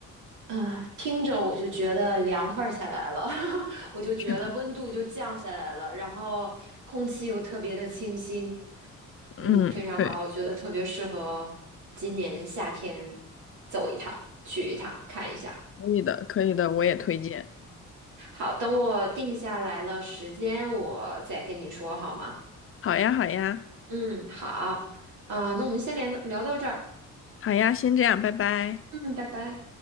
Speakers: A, on the right; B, on the left.
A: 嗯、听着我就觉得凉快儿下来了，<laughs> 我就觉得温度就降下来了，
B: 是的，
A: 然后空气又特别的清新，嗯，
B: 嗯，
A: 非常好，
B: 对，
A: 我觉得特别适合今年夏天走一趟，去一趟看一下。
B: 可以的，可以的，我也推荐。
A: 好，等我定下来了时间，我再跟你说好吗？
B: 好呀，好呀，
A: 嗯，好，啊、那我们先连聊到这儿，
B: 好呀，先这样，拜拜。
A: 嗯，拜拜。